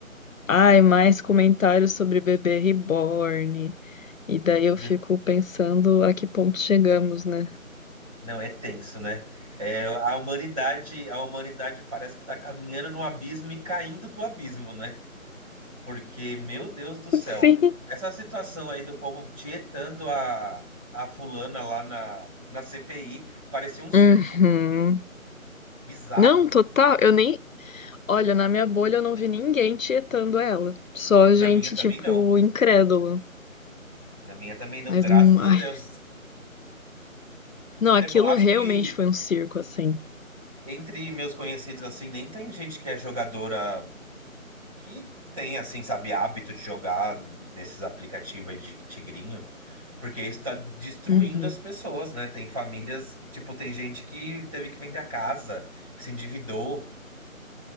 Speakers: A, on the left; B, on the right.
A: Ai, mais comentários sobre bebê reborn. E daí eu
B: Meu,
A: fico pensando a que ponto chegamos, né?
B: Não, é tenso, né? É, a humanidade, a humanidade parece que está caminhando no abismo e caindo do abismo, né? Porque, meu Deus do céu,
A: <laughs> Sim.
B: essa situação aí do povo tietando a, a fulana lá na, na CPI parecia um circo
A: Uhum.
B: bizarro.
A: Não, total. Eu nem. Olha, na minha bolha eu não vi ninguém tietando ela. Só
B: Na
A: gente,
B: minha também
A: tipo,
B: não.
A: incrédula.
B: Na minha também não,
A: Mas,
B: graças
A: hum,
B: a
A: ai.
B: Deus.
A: Não,
B: É,
A: aquilo
B: bom, acho
A: realmente
B: que
A: foi um circo, assim.
B: entre meus conhecidos, assim, nem tem gente que é jogadora que tem, assim, sabe, hábito de jogar nesses aplicativos aí de tigrinho, porque isso tá destruindo
A: Uhum,
B: as pessoas, né? Tem famílias, tipo, tem gente que teve que vender a casa, que se endividou.